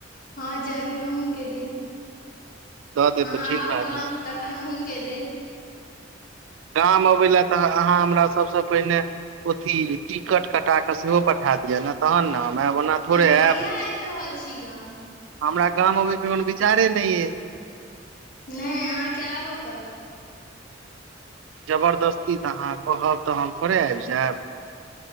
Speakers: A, on the left (about 45°); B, on the right (about 80°).
A: हाँ जरूर अहौ के देब
B: दऽ देब
A: अहाँ
B: तऽ ठीक
A: आउ
B: रहत
A: गाम तखैन अहुँ केदेब
B: गाम अबै लए तऽ अहाँ हमरा सभसँ पहिने ओथी टिकट कटा के सेहो पठा दिअ ने तहन ने हम आयब ओना थोड़े
A: अहाँ
B: आयब
A: कहिया आब रहल छी गाम
B: हमरा गामवमे अबहिके कोनो विचारे नहि अइ
A: नहि अहाँके आबय पड़त
B: जबरदस्ती तऽ अहाँ कहब तऽ हम थोड़े आब जायब